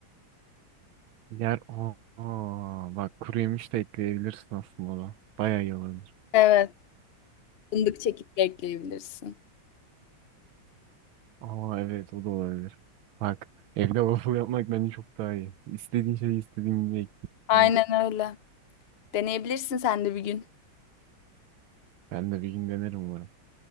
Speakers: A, on the right; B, on the left.
A: Yer aa, bak kuru yemiş de ekleyebilirsin aslında ona. Bayağı iyi olabilir.
B: Evet. Fındık çekip de ekleyebilirsin.
A: Aa evet o da olabilir. Bak evde waffle yapmak bence çok daha iyi. İstediğin şeyi istediğin gibi ekliyorsun.
B: Aynen öyle. Deneyebilirsin sen de bir gün.
A: Ben de bir gün denerim umarım.